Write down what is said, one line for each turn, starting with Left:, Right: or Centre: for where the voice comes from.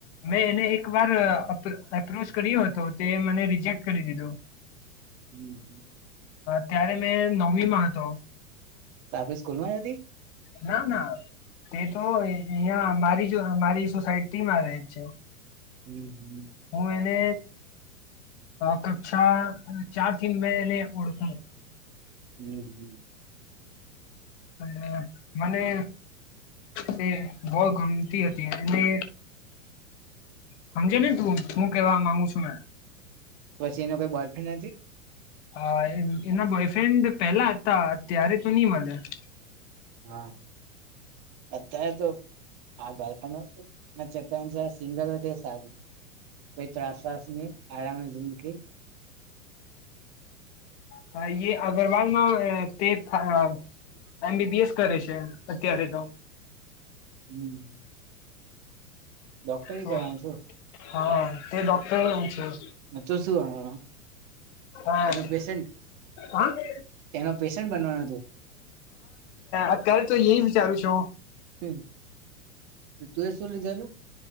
Left: મેં એને એક વાર એપ્રોચ કર્યો હતો તે મને રિજેક્ટ કરી દીધું. હ.
Right: હમ હમ.
Left: ત્યારે મેં નવમી માં હતો.
Right: આપડી સ્કૂલ માં જ હતી
Left: ના ના. તે તો અહિયાં મારી મારી સોસાયટીમાં રહે છે.
Right: હમ હમ.
Left: હું એને કક્ષા ચાર થી મે એને ઓળખુ છું
Right: હમ હમ.
Left: અને મને. તે બહુ ગમતી હતી અને. સમજે ને તું શું કેવા માંગુ છુ મેં
Right: તો પછી એનો કોઈ બોયફ્રેન્ડ નથી.
Left: હ એના બોયફ્રેન્ડ પેલા હતા અત્યારે તો નઈ મળ્યા.
Right: હા અત્યારે તો આ બાળપણ ના ચકરા છે સિંગલ હોય તે સારું. કઈ ત્રાસ વાસ નહીં આરામ જિંદગી.
Left: હ એ અગ્રવાલમાં તે <unintelligible> એમ બીબીએસ કરે છે અત્યારે તો.
Right: હમ. ડોક્ટર
Left: તો
Right: <unintelligible>
Left: હા તે ડોક્ટર હુ છું.
Right: તું શું હમણાં
Left: હા હ.
Right: એનો પેશન્ટ
Left: હન,
Right: એનો પેશન્ટ બનવાનો
Left: અત્યારે તો ઈ વિચારું છું.
Right: <unintelligible> તો તુએ શું લીધેલું?